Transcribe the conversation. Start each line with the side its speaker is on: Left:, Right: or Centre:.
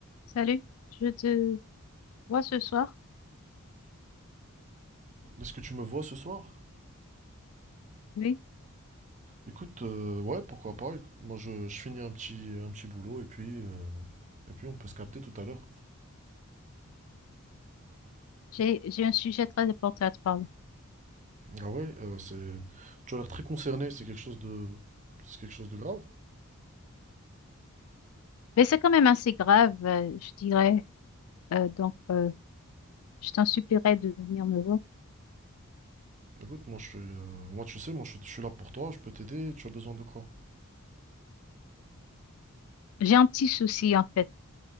Left: Salut, je te vois ce soir.
Right: Est-ce que tu me vois ce soir?
Left: Oui,
Right: Écoute, euh, ouais, pourquoi pas. Moi, je, je finis un petit, un petit boulot et puis, euh, et puis on peut se capter tout à l'heure.
Left: j'ai j'ai un sujet très important à te parler.
Right: Ah ouais, euh, c'est, tu as l'air très concerné, c'est quelque chose de, c'est quelque chose de grave.
Left: Mais c'est quand même assez grave, euh, je dirais. Euh, donc, euh, je t'en supplierai de venir me voir.
Right: Écoute, moi, je suis, euh, moi, tu sais, moi, je, je suis là pour toi, je peux t'aider, tu as besoin de quoi?
Left: J'ai un petit souci en fait.